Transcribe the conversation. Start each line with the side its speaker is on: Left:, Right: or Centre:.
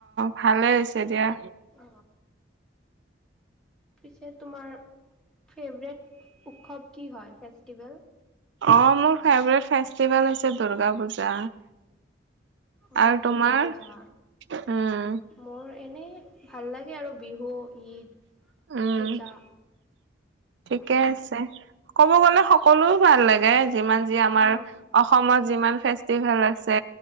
Right: ভালে হৈছে দিয়া।
Centre: অ। পিছে তোমাৰ ফেভৰেট উৎসৱ কি হয় ফেষ্টিভেল?
Right: অ, মোৰ ফেভৰেট ফেষ্টিভেল হৈছে দূৰ্গা পূজা।
Centre: অ',
Right: আৰু
Centre: দুৰ্গা
Right: তোমাৰ?
Centre: পূজা।
Right: হুম।
Centre: মোৰ এনেই ভাল লাগে আৰু বিহু, ঈদ,
Right: উম
Centre: পূজা।
Right: ঠিকে
Centre: অ',
Right: আছে। ক'ব গলে সকলো ভাল লাগে, যিমান যি আমাৰ
Centre: উম,
Right: অসমত যিমান ফেষ্টিভেল আছে